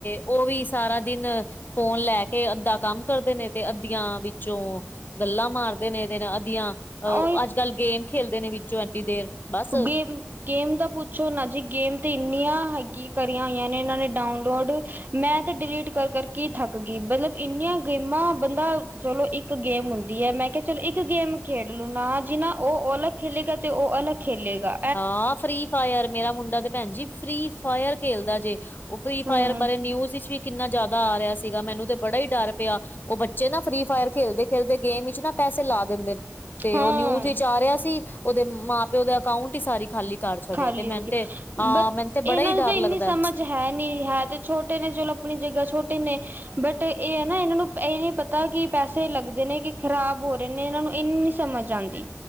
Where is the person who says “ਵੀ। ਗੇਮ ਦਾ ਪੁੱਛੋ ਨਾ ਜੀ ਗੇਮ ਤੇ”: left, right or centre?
Right